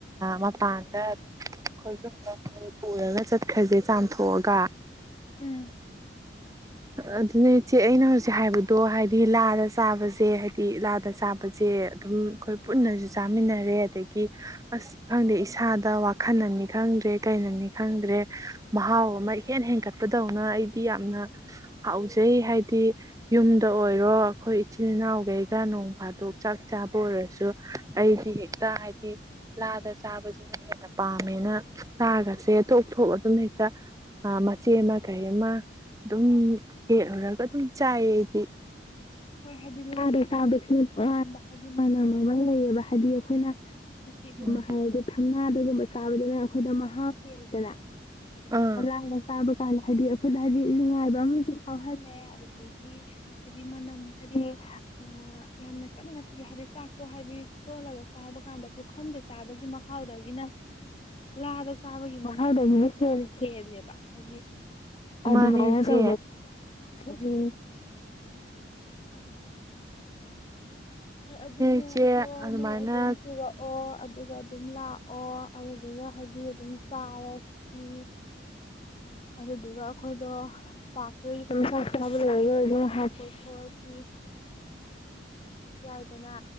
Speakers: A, on the right; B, on the left.
A: ꯃꯄꯥꯟꯗ ꯑꯗꯨꯝ ꯈꯣꯏꯕꯨꯝꯅ ꯄꯨꯔꯒ ꯆꯠꯈ꯭ꯔꯁꯦ ꯆꯥꯝꯊꯣꯛꯑꯒ
B: ꯎꯝ
A: ꯑꯗꯨꯅ‌ꯦ ꯏꯆꯦ ꯑꯩꯅ ꯍꯧꯖꯤꯛ ꯍꯥꯏꯕꯗꯣ ꯍꯥꯏꯗꯤ ꯂꯥꯗ ꯆꯥꯕꯁꯦ ꯍꯥꯏꯗꯤ ꯂꯥꯗ ꯆꯥꯕꯁꯦ ꯑꯗꯨꯝ ꯑꯩꯈꯣꯏ ꯄꯨꯟꯅꯁꯨ ꯆꯥꯃꯤꯟꯅꯔꯦ ꯑꯗꯒꯤ ꯑꯁ ꯈꯪꯗꯦ ꯏꯁꯥꯗ ꯋꯥꯈꯜꯅꯅꯤ ꯈꯪꯗ꯭ꯔꯦ ꯀꯩꯅꯅꯤ ꯈꯪꯗ꯭ꯔꯦ ꯃꯍꯥꯎ ꯑꯃ ꯏꯍꯦꯟ ꯍꯦꯟꯒꯠꯄꯗꯧꯅ ꯑꯩꯗꯤ ꯌꯥꯝꯅ ꯍꯥꯎꯖꯩ ꯍꯥꯏꯗꯤ ꯍꯥꯏꯗꯤ ꯌꯨꯝꯗ ꯑꯣꯏꯔꯣ ꯑꯩꯈꯣꯏ ꯏꯆꯤꯜ ꯏꯅꯥꯎꯈꯩꯒ ꯅꯣꯡ ꯐꯥꯗꯣꯛ ꯆꯥꯛ ꯆꯥꯕ ꯑꯣꯏꯔꯁꯨ ꯑꯩꯗꯤ ꯍꯦꯛꯇ ꯍꯥꯏꯗꯤ ꯂꯥꯗ ꯆꯥꯕꯁꯤꯅ ꯍꯦꯟꯅ ꯄꯥꯝꯃꯦꯅ ꯆꯥꯛꯒꯁꯦ ꯇꯣꯞꯊꯣꯛ ꯑꯗꯨꯝ ꯍꯦꯛꯇ ꯃꯆꯦ ꯑꯃ ꯀꯩ ꯑꯃ ꯑꯗꯨꯝ ꯍꯦꯛꯂꯨꯔꯒ ꯆꯥꯏꯌ‌ꯦ ꯑꯩꯗꯤ
B: ꯍꯣꯏ ꯍꯥꯏꯗꯤ ꯂꯥꯗ ꯆꯥꯕꯁꯤꯅ ꯇ‌ꯣꯉꯥꯟꯕ ꯍꯥꯏꯗꯤ ꯃꯅꯝ ꯑꯃ ꯂꯩꯌꯦꯕ ꯍꯥꯏꯗꯤ ꯑꯩꯈꯣꯏꯅ <unintelligible> ꯆꯤꯒꯨꯝꯃ
A: ꯎꯝ
B: ꯍꯥꯏ ꯊꯝ ꯉꯥ ꯑꯗꯨꯒꯒꯨꯝꯕ ꯆꯥꯕꯗꯨꯅ ꯑꯩꯈꯣꯏꯗ ꯃꯍꯥꯎ ꯍꯦꯟꯗꯅ ꯑꯗꯨꯃꯥꯏ
A: ꯑꯥ
B: ꯂꯥꯗ ꯆꯥꯕꯀꯥꯟ ꯍꯥꯏꯗꯤ ꯈꯨꯠ ꯍꯥꯏꯗꯤ ꯅꯨꯡꯉꯥꯏꯕ ꯑꯃꯁꯨ ꯌꯥꯎꯍꯜꯂꯦ ꯑꯗꯨꯗꯒꯤ ꯍꯥꯏꯗꯤ ꯃꯅꯝ ꯍꯥꯏꯗꯤ ꯑ ꯌꯥꯝꯅ ꯆꯠꯅ ꯅꯆ꯭ꯔ ꯍꯥꯏꯗꯤ ꯆꯥꯛꯇꯣ ꯍꯥꯏꯗꯤ ꯊꯣꯜꯂꯒ ꯆꯥꯕ ꯀꯥꯟꯗ ꯄꯨꯈꯝꯗ ꯆꯥꯕꯒꯤ ꯃꯍꯥꯎꯗꯒꯤꯅꯂꯥꯗ ꯆꯥꯕꯒꯤ ꯃꯍꯥꯎꯗꯒꯤꯅꯦꯜ ꯁꯦꯜꯂꯦꯕ ꯍꯥꯏꯗꯤ ꯑꯗ
A: ꯃꯥꯅꯦ
B: ꯃ
A: ꯏꯆꯦ
B: ꯇ ꯖ ꯑꯗꯨꯅꯦ
A: ꯏꯆꯦ
B: ꯑꯗꯣ
A: ꯑꯗꯨꯃꯥꯏꯅ
B: ꯅꯣꯏ ꯑꯗꯨꯝ ꯄꯨꯔꯛꯑꯣ ꯑꯗꯨꯒ ꯑꯗꯨꯝ ꯂꯥꯛꯑꯣ ꯑꯗꯨꯗꯨꯒ ꯍꯥꯏꯗꯤ ꯑꯗꯨꯝ ꯆꯥꯔꯁꯤ ꯑꯗꯨꯗꯨꯒ ꯑꯩꯈꯣꯏꯗꯣ ꯄꯥꯛꯄ ꯑꯗꯨꯝꯅꯕ ꯍꯥꯄꯣꯛꯊꯂꯁꯤ ꯌꯥꯏꯗꯅ